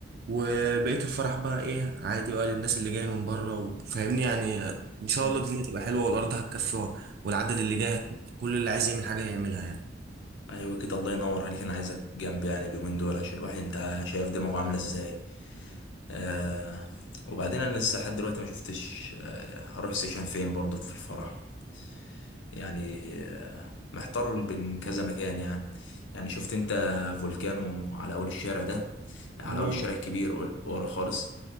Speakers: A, on the right; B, on the left.
A: وبقية الفرح بقى ايه عادي بقى للناس اللي جاية من بره وفاهمني يعني ان شاء
B: امم
A: الله الدنيا تبقى حلوة والارض هتكفي والعدد اللي جاي هت- كل اللي عايز يعمل حاجة هيعملها يعني
B: ايوه كده الله ينور عليك انا عايزك جنبي يعني اليومين دول عشان الواحد انت شايف دماغه عاملة ازاي آه وبعدين انا لسه لحد دلوقتي ما شفتش آه هروح سيشن فين برضو في الفرح يعني آه محتار بين كذا مكان يعني يعني شفت انت فولكانو على اول الشارع ده على
A: اه
B: اول الشارع الكبير قل- ورا خالص